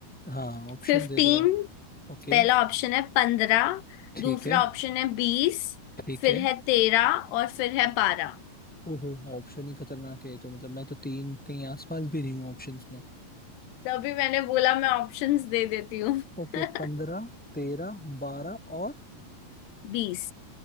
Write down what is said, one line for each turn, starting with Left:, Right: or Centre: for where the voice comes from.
Centre: हाँ ऑप्शन
Left: फिफ्टीन
Centre: दे दो आप ओके
Left: पहला ऑप्शन है पंद्रह
Centre: ठीक
Left: दूसरा
Centre: है
Left: ऑप्शन है बीस
Centre: ठीक
Left: फिर
Centre: है
Left: है तेरह और फिर है बारह
Centre: ओहो ऑप्शन ही खतरनाक है तो मतलब मैं तो तीन कहीं आसपास भी नहीं हूँ ऑप्शंस में
Left: तभी मैंने बोला मैं ऑप्शंस दे देती हूँ
Centre: ओके
Left: <laughs>
Centre: पंद्रह तेरह बारह और
Left: बीस